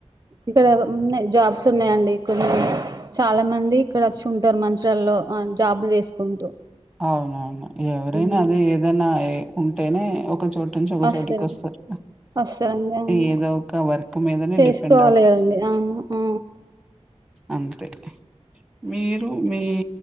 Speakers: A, on the right; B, in the centre.
A: ఇక్కడ ఉన్నాయ్ జాబ్ వస్తున్నాయండి కొన్ని చాలా మంది ఇక్కడ వచ్చి ఉంటారు మంచల్లో జాబ్ చేసుకుంటూ
B: అవునవును ఎవరైన
A: హ్మ్.
B: అదే ఏదైన ఉంటేనే ఒక చో నుంచి ఒక
A: వస్తారండి
B: చోటికి వస్తారు
A: వస్తారండి అవును
B: ఏదో ఒక వర్క్ మీదనే
A: చేసుకోవాలి
B: డిపెండ్ అవుత
A: కదండి అవును ఆ
B: అంతే మీరు మీ